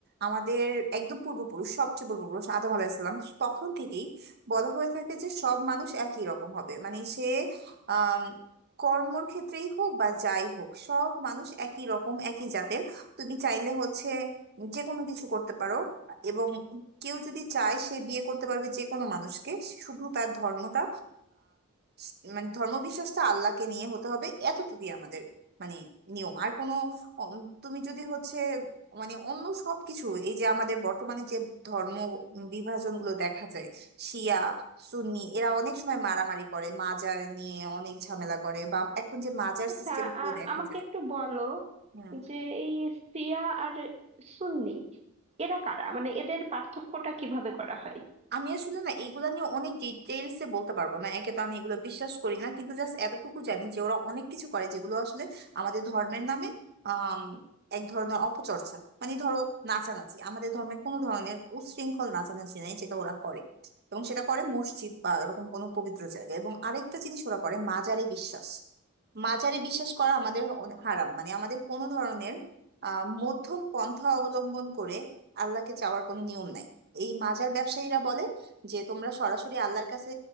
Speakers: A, on the right; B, on the right.
A: আমাদের একদম পূর্বপুরুষ সবচেয়ে পূর্বপুরুষ আদম আলাহিসাল্লাম তখন থেকেই বলা হয়ে থাকে যে সব মানুষ একই রকম হবে মানে সে আহ কর্মর ক্ষেত্রেই হোক বা যাই হোক সব মানুষ একই রকম একই জাতের তুমি চাইলে হচ্ছে যে কোনো কিছু করতে পারো এবং কেউ যদি চায় সে বিয়ে করতে পারবে যে কোনো মানুষকে শুধু তার ধর্মটা স- মানে ধর্মবিশ্বাসটা আল্লাহকে নিয়ে হতে হবে এতটুকুই আমাদের মানে নিয়ম আর কোনো অম, তুমি যদি হচ্ছে মানে অন্য সবকিছু এই যে আমাদের বর্তমানে যে ধর্ম বিভাজন গুলো দেখা যায় শিয়া সুন্নি এরা অনেক সময় মারামারি করে মাজার নিয়ে অনেক ঝামেলা করে বা এখন যে মাজার
B: আচ্ছা
A: সিস্টেম গুলো
B: আ-
A: দেখা
B: আমাকে
A: যায়
B: একটু বলো
A: হ্যাঁ
B: যে এই শিয়া আর সুন্নি এরা কারা মানে এদের পার্থক্যটা কিভাবে করা হয়
A: আমি আসলে না এগুলা নিয়ে অনেক ডিটেলস এ বলতে পারবো না একে তো আমি এগুলো বিশ্বাস করি না কিন্তু জাস্ট এতটুকু জানি যে ওরা অনেক কিছু করে যেগুলো আসলে আমাদের ধর্মের নামে আম, এক ধরনের অপচর্চা মানে ধরো নাচানাচি আমাদের ধর্মে কোনো ধরনের উচ্ছৃঙ্খল নাচানাচি নাই যেটা ওরা করে এবং সেটা করে মসজিদ বা এরকম কোনো পবিত্র জায়গায় এবং আরেকটা জিনিস ওরা করে মাজারে বিশ্বাস মাজারে বিশ্বাস করা আমাদের অনে- হারাম মানে আমাদের কোনো ধরনের আহ মধ্যম পন্থা অবলম্বন করে আল্লাহকে চাওয়ার কোনো নিয়ম নাই এই মাজার ব্যবসায়ীরা বলে যে তোমরা সরাসরি আল্লাহর কাছে